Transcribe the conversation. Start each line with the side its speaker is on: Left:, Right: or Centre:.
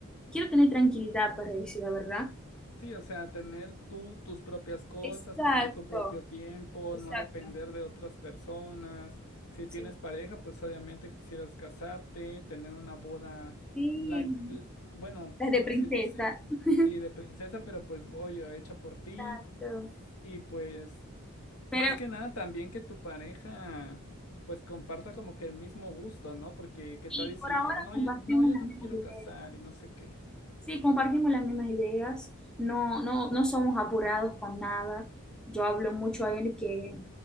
Centre: quiero tener tranquilidad para decir la verdad.
Left: Sí, o sea, tener tú tus propias cosas,
Centre: Exacto,
Left: tener tu propio tiempo,
Centre: exacto.
Left: no depender de otras personas. Si
Centre: Sí.
Left: tienes pareja, pues obviamente quisieras casarte, tener una boda,
Centre: Sí,
Left: la, l- bueno, pues
Centre: las de
Left: ¿cómo
Centre: princesa.
Left: se dice?
Centre: <laughs>
Left: Sí, de princesa, pero pues oye, hecha por ti.
Centre: Exacto.
Left: Y pues,
Centre: Pero,
Left: más que nada, también que tu pareja, pues comparta como que el mismo gusto, ¿no? Porque qué
Centre: y
Left: tal y si,
Centre: por ahora
Left: no,
Centre: compartimos
Left: yo- no, yo
Centre: las
Left: no
Centre: mismas
Left: me quiero
Centre: ideas.
Left: casar y no sé qué.
Centre: Sí, compartimos las mismas ideas, no, no, no somos apurados con nada. Yo hablo mucho a él que